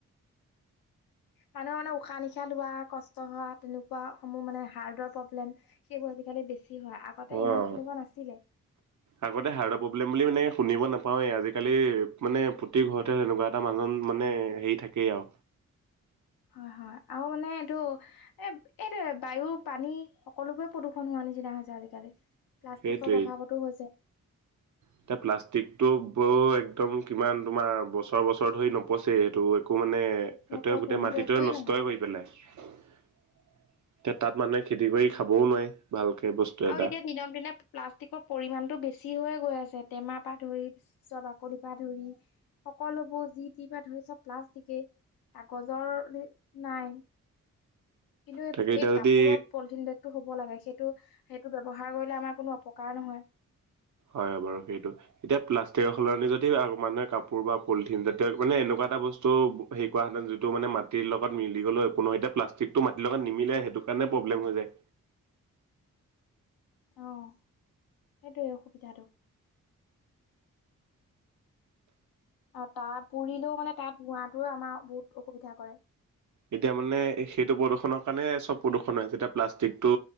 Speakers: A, on the left; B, on the right.
A: মানুহ, মানে উশাহ-নিশাহ লোৱা, কষ্ট হোৱা, তেনেকুৱা সমূহ মানে হাৰ্টৰ প্ৰব্লেম। সেইবোৰ আজিকালি বেছি হয় আগতে
B: অঁ
A: ইমান তেনেকুৱা নাছিলে।
B: আগতে হাৰ্টৰ প্ৰব্লেম বুলি মানে শুনিব নাপাওঁৱেই আজিকালি মানে প্ৰতি ঘৰতে তেনেকুৱা। এটা মানুহজন মানে হেৰি থাকেই আও
A: হয়ঁ হয়ঁ আৰু মানে এইটো এ এইটো বায়ু পানী সকলোবৰে প্ৰদূষণ হোৱা নিচিনা হৈছে আজিকালি। প্লাষ্টিকৰ
B: সেইটোৱেই
A: প্ৰভাৱতো হৈছে।
B: এতিয়া প্লাষ্টিকটো ব একদম কিমান তোমাৰ বছৰ বছৰ ধৰি নপচেই সেইটো একো মানে সিহঁতে
A: নপচে
B: গোটেই
A: সেইবোৰ
B: মাটিটো
A: একোৱেই
B: নষ্টয়ে
A: নহয়
B: কৰি পেলাই। এতিয়া তাত মানুহে খেতি কৰি খাবও নোৱাৰে ভালকে বস্তু। এটা
A: আৰু এতিয়া দিনক দিনে- প্লাষ্টিকৰ পৰিমাণটো বেছি হৈয়ে গৈ আছে টেমাৰ পৰা ধৰি ছৰ বাকলিৰ পৰা ধৰি। সকলোবোৰ যিটি পা ধৰি চব প্লাষ্টিকেই কাগজৰ নাই। কিন্তু
B: তাকে এতিয়া
A: এই
B: যদি
A: কাপোৰৰ পলিথিন বেগটো হ'ব লাগে সেইটো- সেইটো ব্যৱহাৰ কৰিলে আমাৰ কোনো অপকাৰ নহয়।
B: হয়ঁ বাৰু সেইটো। এতিয়া প্লাষ্টিকৰ সলনি যদি মানুহে কাপোৰ বা পলিথিন জাতীয় মানে এনেকুৱা এটা বস্তু। সেই কৰাহেঁতেন যিটো মানে মাটিৰ লগত মিলি গ'লেও একো নহয় এতিয়া মানে প্লাষ্টিকটো মাটিৰ লগত নিমিলে সেইটো কাৰণে প্ৰব্লেম হৈ যায়।
A: অঁ সেইটোৱেই অসুবিধাটো। অঁ তাৰ পুৰিলেও মানে তাৰ ধোঁৱাটোৱে আমাৰ বহুত অসুবিধা কৰে।
B: এতিয়া মানে সেইটো প্ৰদূষণৰ কাৰণে চব প্ৰদূষণ হৈছে এতিয়া প্লাষ্টিকটো।